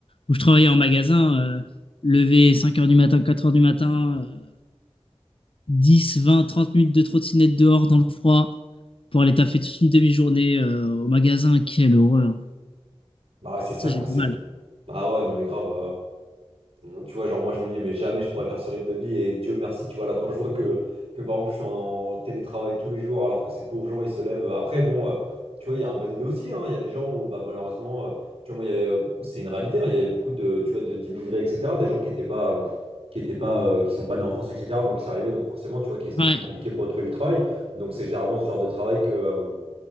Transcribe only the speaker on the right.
bah, ouais, c'est ça,
quoi.
C'est.
Bah ouais, non, mais grave. euh, Tu vois, genre moi je me dis, mais jamais je pourrais faire ce rythme de vie. Et Dieu merci, tu vois, là quand je vois que, que par exemple je suis en télétravail tous les jours alors que ces pauvres gens ils se lèvent. Après, bon, euh, tu vois, il y a un peu des deux aussi. hein. Il y a des gens où bah, malheureusement, euh, tu vois, moi il y avait, euh, c'est une réalité. hein. Il y avait beaucoup de, tu vois, de- d'immigrés, etc. Des gens qui étaient pas, euh, qui étaient pas, euh, qui sont pas nés en France, etc. Donc ils arrivaient, donc forcément, tu vois, qui c'était
plus compliqué pour eux de trouver du travail. Donc c'est généralement ce genre de travail que. euh,